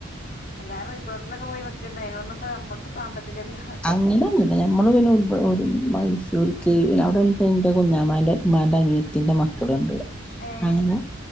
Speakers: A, on the left; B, in the centre.
A: എല്ലാരും റിസ് റിസോട്ടിലൊക്കെ പോയി നിക്കേണ്ടയ് അയിനൊന്നും ഇപ്പ നമ്മക്ക് സാമ്പത്തികല്ല
B: അങ്ങനൊന്നുല്ല ഞമ്മള് പിന്നെ മൈസൂർ കീഴ അവിടെണ്ട്ന്റെ കുഞ്ഞാമാന്റെ ഇമ്മാന്റെ അനിയത്തിന്റെ മക്കള്ണ്ട്
A: ഏ
B: അങ്ങനെ